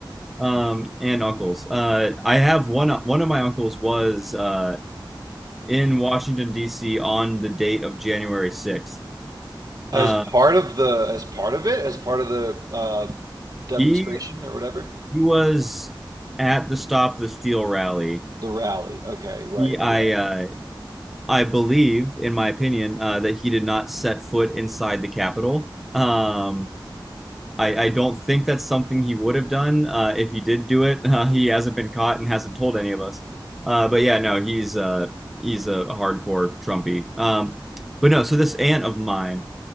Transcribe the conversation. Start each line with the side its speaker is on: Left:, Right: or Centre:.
Centre: Um,
Right: yeah.
Centre: and uncles. Uh, I have one. One of my uncles was uh, in Washington D.C. on the date of January 6th.
Right: As
Centre: Uh,
Right: part of the as part of it, as part of the uh, demonstration
Centre: he
Right: or whatever,
Centre: He was at the Stop the Steal rally.
Right: the rally. Okay, right.
Centre: He, I,
Right: Yeah.
Centre: uh, I believe, in my opinion, uh, that he did not set foot inside the Capitol. Um, I, I don't think that's something he would have done. Uh, if he did do it, <laughs> uh, he hasn't been caught and hasn't told any of us. Uh, but yeah, no, he's uh, he's a hardcore Trumpy. Um, but no, so this aunt of mine